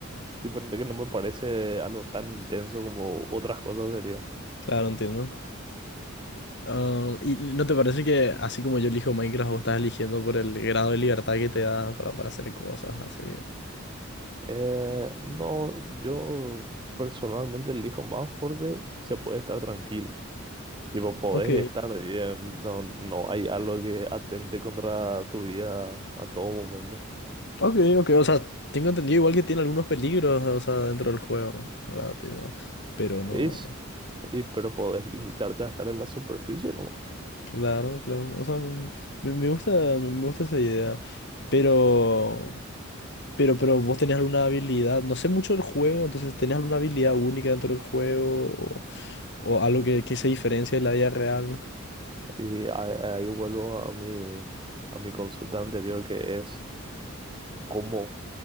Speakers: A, on the right (about 25°); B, on the left (about 55°).
A: tipo, que no me parece algo tan intenso como otras cosas sería.
B: Claro, entiendo. Ah, ¿y no te parece que así como yo elijo Minecraft, vos estás eligiendo por el grado de libertad que te da para, para hacer cosas así?
A: Eh, no, yo personalmente elijo más porque se puede estar tranquilo. Tipo, podés
B: Ok,
A: estar bien, no, no hay algo que atente contra tu vida a todo momento.
B: ok, ok. O sea, tengo entendido igual que tiene algunos peligros, o sea, dentro del juego, ¿verdad? Tipo, pero no.
A: Es, y- pero podés limitarte a estar en la superficie, ¿no?
B: Claro, claro. O sea, mm, me, me gusta, me me gusta esa idea. Pero, pero, pero vos tenés alguna habilidad. No sé mucho del juego, entonces tenés alguna habilidad única dentro del juego o, o algo que, que se diferencia de la vida real. ¿no?
A: Y ahí, ahí vuelvo a mi, a mi consulta anterior que es cómo